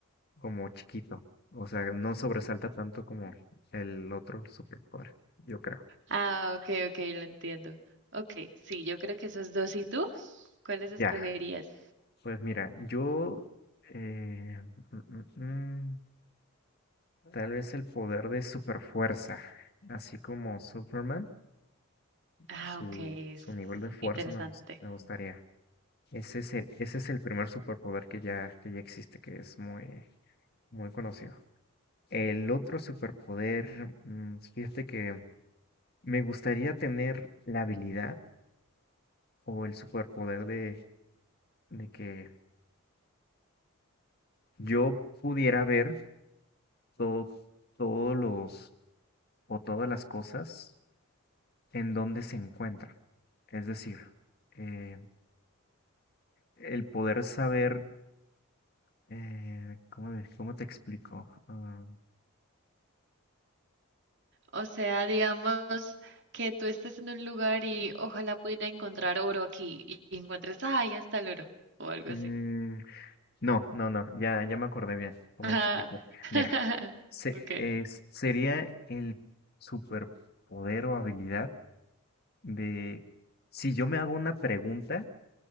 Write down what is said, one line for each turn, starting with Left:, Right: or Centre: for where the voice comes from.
Left: como chiquito. O sea, no sobresalta tanto como el otro superpoder, yo creo.
Right: Ah, ok, ok, lo entiendo. Ok, sí, yo creo que esos dos. ¿Y tú? ¿Cuáles escogerías?
Left: Ya, pues mira, yo... eh, mm, mm, mm, tal vez el poder de superfuerza, así como Superman.
Right: Ah,
Left: Su,
Right: ok, es
Left: su nivel de fuerza
Right: interesante.
Left: me, gus- me gustaría. Ese es el, ese es el primer superpoder que ya, que ya existe, que es muy, muy conocido. El otro superpoder, mm, fíjate que me gustaría tener la habilidad o el superpoder de, de que yo pudiera ver todo, todos los o todas las cosas en donde se encuentran. Es decir, eh, el poder saber, eh, ¿cómo, de- cómo te explico? Ah,
Right: O sea, digamos que tú estés en un lugar y ojalá pudiera encontrar oro aquí y y encuentres, ah, ahí está el oro, o algo
Left: Mm,
Right: así.
Left: no, no, no, ya, ya me acordé bien cómo
Right: Ajá.
Left: explicar.
Right: <laughs>
Left: Mira, se-
Right: Ok.
Left: es- sería el superpoder o habilidad de, si yo me hago una pregunta,